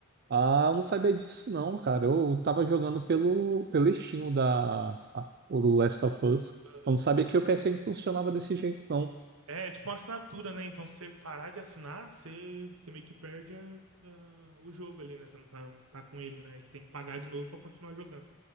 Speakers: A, on the right; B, on the right.
A: Ah, eu não sabia disso não, cara. Eu tava jogando pelo, pelo Steam o da, a- o do Last of Us.
B: Aham.
A: Eu não sabia que o PSN funcionava desse jeito, não.
B: É, tipo uma assinatura, né? Então, se você parar de assinar, você, você meio que perde a- a- o jogo ali, né? Você não tá, tá com ele, né? Você tem que pagar de novo pra continuar jogando.